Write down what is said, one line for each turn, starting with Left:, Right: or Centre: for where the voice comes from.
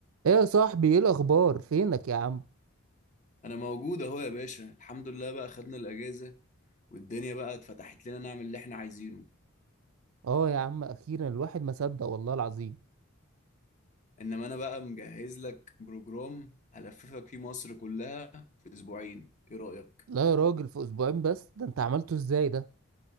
Right: ايه يا صاحبي ايه الاخبار فينك يا عم
Left: انا موجود اهو يا باشا الحمد لله بقى خدنا الاجازه والدنيا بقى اتفتحت لنا نعمل اللي احنا عايزينه
Right: اه يا عم اخيرا الواحد ما صدق والله العظيم
Left: انما انا بقى مجهز لك بروجرام هلففك فيه مصر كلها في اسبوعين ايه رايك
Right: لا يا راجل في اسبوعين بس ده انت عملته ازاي ده